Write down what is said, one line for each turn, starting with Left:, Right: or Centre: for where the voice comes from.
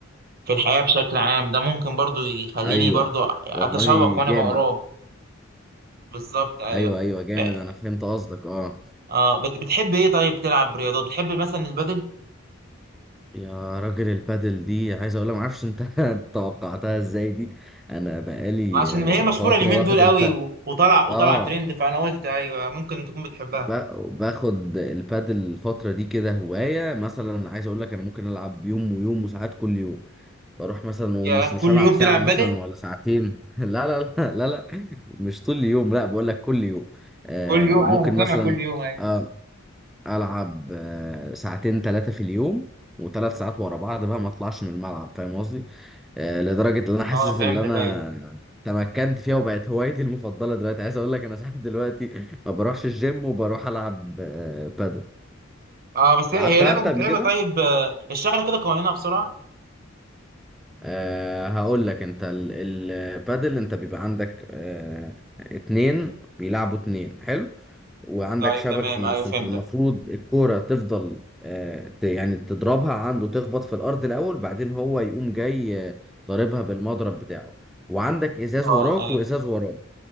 Right: في الحياة بشكل عام ده ممكن برضه يخليني
Centre: ايوه
Right: برضه أتشوق
Centre: والله
Right: وأنا
Centre: جامد
Right: بقراه بالظبط أيوه
Centre: ايوه ايوه جامد
Right: آه،
Centre: انا فهمت قصدك اه
Right: اه بت- بتحب ايه طيب تلعب رياضات بتحب مثلا البدل
Centre: يا راجل البادل دي عايز اقول ما اعرفش انت <laughs> توقعتها ازاي دي انا بقالي
Right: عشان هي مشهورة
Centre: آه، فتره
Right: اليومين
Centre: واخد
Right: دول قوي
Centre: الب
Right: و- وطلع وطلع
Centre: اه
Right: ترند فانا قلت ايوه ممكن تكون بتحبها
Centre: ب- باخد البادل الفترة دي كده هواية مثلا عايز اقول لك انا ممكن العب يوم ويوم وساعات كل يوم بروح مثلا ومش
Right: يا
Centre: مش
Right: كل
Centre: هلعب
Right: يوم
Centre: ساعة
Right: تلعب
Centre: مثلا
Right: بدل
Centre: ولا ساعتين <laughs> لا لا لا لا لا مش طول اليوم لا بقول لك كل يوم آه
Right: كل يوم
Centre: ممكن
Right: ايوه انا سامع
Centre: مثلا
Right: كل يوم ايوه
Centre: آه، العب آه، ساعتين ثلاثه في اليوم وثلاث ساعات ورا بعض بقى ما اطلعش من الملعب فاهم قصدي آه، لدرجه ان انا حاسس
Right: اه فهمتك
Centre: ان انا
Right: ايوه
Centre: تمكنت فيها وبقت هوايتي المفضله دلوقتي عايز اقول لك انا ساعات دلوقتي ما بروحش الجيم وبروح العب آه، بادل
Right: اه بس
Centre: لعبتها
Right: هي هي لعبة
Centre: انت
Right: متعبة
Centre: قبل كده
Right: طيب آه، اشرح لي كده قوانينها بسرعة
Centre: أه هقول لك انت ال- البادل انت بيبقى عندك أه اتنين بيلعبوا اتنين حلو وعندك
Right: طيب
Centre: شبكة
Right: تمام
Centre: في النص
Right: ايوه فهمتك
Centre: انت المفروض الكورة تفضل آه، ت- يعني تضربها عنده تخبط في الأرض الأول بعدين هو يقوم جاي آه، ضاربها بالمضرب بتاعه وعندك إزاز
Right: اه
Centre: وراك
Right: ايوه
Centre: وإزاز وراك